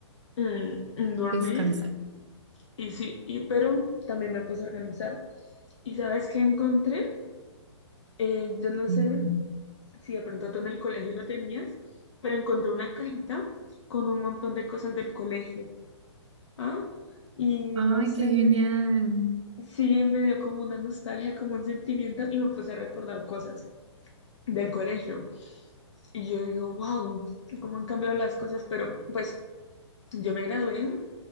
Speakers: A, on the left; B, on the right.
A: Mm, mm, dormir
B: descansar.
A: y sí, y pero también me puse a organizar. ¿Y sabes qué encontré? Eh, yo no
B: Ujú.
A: sé si de pronto tú en el colegio lo tenías, pero encontré una cajita con un montón de cosas del colegio. Ah, y
B: Ay,
A: no sé,
B: qué genial,
A: me- sí me dio como una nostalgia, como un sentimiento y me puse a recordar cosas del colegio. Y yo digo, wow, cómo han cambiado las cosas, pero pues yo me gradué